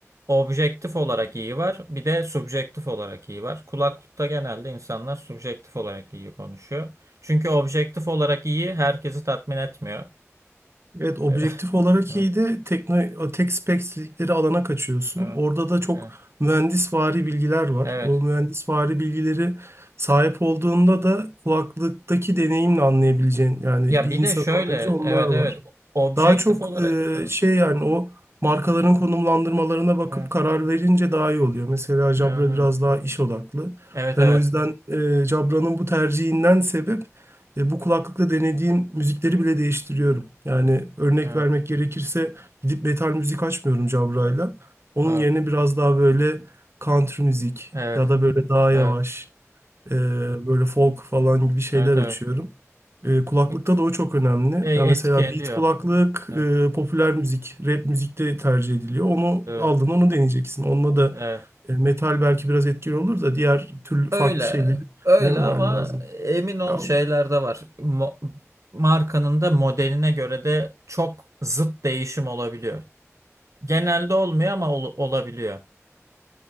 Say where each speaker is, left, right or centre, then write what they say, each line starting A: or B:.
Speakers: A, on the right; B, on the right.
A: Objektif olarak iyi var. Bir de subjektif olarak iyi var. Kulaklıkta genelde insanlar subjektif olarak iyi konuşuyor. Çünkü objektif olarak iyi herkesi tatmin etmiyor.
B: Evet objektif
A: <laughs> E,
B: olarak
A: Evet,
B: iyiydi. Tekno, tek spek dedikleri alana kaçıyorsun.
A: evet,
B: Orada da çok
A: evet.
B: mühendisvari bilgiler var.
A: Evet.
B: O mühendisvari bilgileri sahip olduğunda da kulaklıktaki deneyimle anlayabileceğin yani
A: Ya
B: bir
A: bir
B: insanın
A: de şöyle,
B: anlayabileceği onlar
A: evet
B: var.
A: evet, objektif
B: Daha çok
A: olarak, evet,
B: e, şey yani o markaların konumlandırmalarına bakıp
A: evet,
B: karar verince daha iyi oluyor. Mesela Jabra
A: Aha.
B: biraz daha iş odaklı.
A: evet,
B: Ben
A: evet.
B: o yüzden e, Jabra'nın bu tercihinden sebep e, bu kulaklıkla denediğim müzikleri bile değiştiriyorum. Yani örnek
A: evet.
B: vermek gerekirse gidip metal müzik açmıyorum Jabra'yla.
A: Evet,
B: Onun
A: evet,
B: yerine biraz daha böyle country müzik
A: evet,
B: ya da böyle daha
A: evet,
B: yavaş. Ee, böyle folk falan gibi şeyler
A: evet, evet. evet.
B: açıyorum. Ee, kulaklıkta
A: K-
B: da o çok önemli.
A: k- e-
B: Yani mesela
A: Etki ediyor.
B: beat kulaklık
A: Evet,
B: e, popüler müzik, rap müzikte tercih ediliyor. Onu
A: evet,
B: aldın, onu deneyeceksin. Onunla da
A: evet.
B: e, metal belki biraz etkili olur da diğer türlü
A: Öyle,
B: farklı şeyleri
A: öyle
B: denememen
A: ama
B: lazım.
A: emin ol
B: Ya,
A: şeyler de var. Mo- markanın da modeline göre de çok zıt değişim olabiliyor. Genelde olmuyor ama ol- olabiliyor.